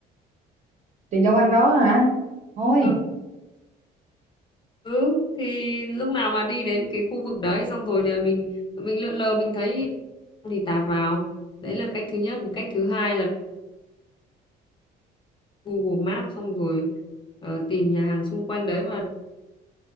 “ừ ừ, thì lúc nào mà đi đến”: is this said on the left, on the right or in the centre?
Left